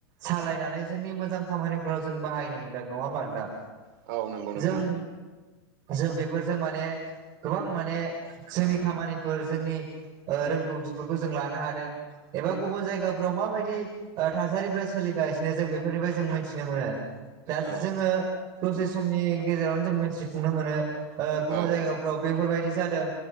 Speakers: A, on the right; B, on the right.
A: सालायनानै जोंनि मोजां खामानिफोराव जों बाहायनो मोनदों नङा होमबा नोंथां
B: औ नंगौ नोंथां
A: जों जों बेफोरजों माने गोबां माने जोंनि खामानिफोर जोंनि ओ रोंगौथिफोरखौ जों लानो हादों। एबा गुबुन जायगाफ्राव माबायदि ओ थासारिफोरा सोलिगासिनो जों बेफोरनिफ्राय जों मिथिनो मोनो दा
B: औ
A: जोङो दसे समनि गेजेरावनो जों मोनथिफुंनो मोनो ओ गुबुन
B: औ
A: जायगाफोराव बेफोरबायदि जादों।